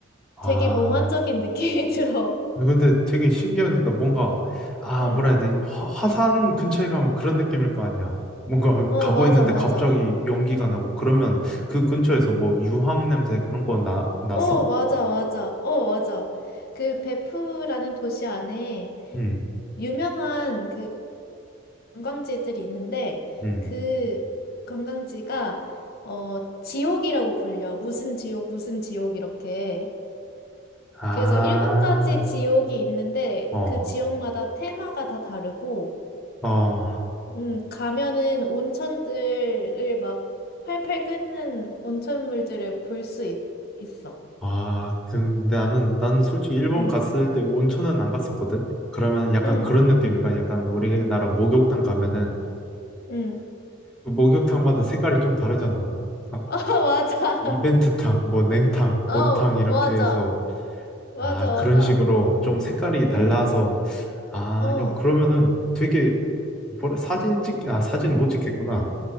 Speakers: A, in the centre; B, on the left.
A: 아.
B: 되게 몽환적인 느낌이 <laughs> 들어.
A: 근데 되게 신기하겠다. 뭔가, 아,
B: 응.
A: 뭐라 해야 되지? 화, 화산 근처에 가면 그런 느낌일 거 아니야. 뭔가
B: 어,
A: 가고
B: 맞아,
A: 있는데
B: 맞아.
A: 갑자기 연기가 나고 그러면 그 근처에서 뭐 유황 냄새 그런 거 나, 났어?
B: 어, 맞아, 맞아. 어, 맞아. 그 베프라는 도시 안에
A: 응,
B: 유명한 그 관광지들이 있는데
A: 응.
B: 그 관광지가 어 지옥이라고 불려. 무슨 지옥, 무슨 지옥 이렇게.
A: 아,
B: 그래서 일곱 가지 지옥이 있는데
A: 어,
B: 그 지옥마다 테마가 다 다르고
A: 어,
B: 음 가면은 온천들을 막 팔팔 끓는 온천물들을 볼 수 있어.
A: 아, 근데 나는, 난 솔직히 일본
B: 응
A: 갔을 때 온천은 안 갔었거든? 그러면 약간
B: 응
A: 그런 느낌인가? 약간 우리나라 목욕탕 가면은
B: 응.
A: 그 목욕탕마다 색깔이 좀 다르잖아. 어.
B: <laughs> 어, 맞아.
A: 이벤트탕, 뭐 냉탕,
B: 어,
A: 온탕 이렇게
B: 맞아.
A: 해서
B: 맞아,
A: 아
B: 맞아.
A: 그런 식으로 좀 색깔이
B: 응
A: 달라서 아
B: 어.
A: 야, 그러면은 되게 뭐라 사진 찍, 아 사진 못 찍겠구나.